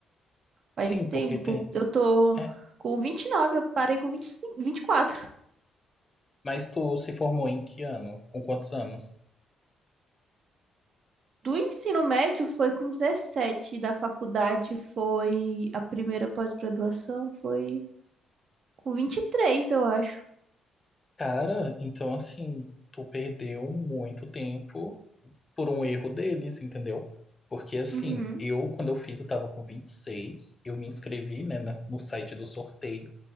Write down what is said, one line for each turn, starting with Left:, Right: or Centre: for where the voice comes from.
Right: Faz
Left: Sim,
Right: tempo.
Left: porque tem.
Right: Eu tô
Left: É.
Right: com 29, eu parei com vinte e cinco, vinte e quatro
Left: Mas tu se formou em que ano? Com quantos anos?
Right: Do ensino médio foi com dezessete da faculdade foi a primeira pós-graduação foi com vinte e três eu acho.
Left: Cara, então assim, tu perdeu muito tempo por um erro deles, entendeu? Porque assim,
Right: Uhum,
Left: eu, quando eu fiz, eu tava com 26 eu me inscrevi, né, na- no site do sorteio,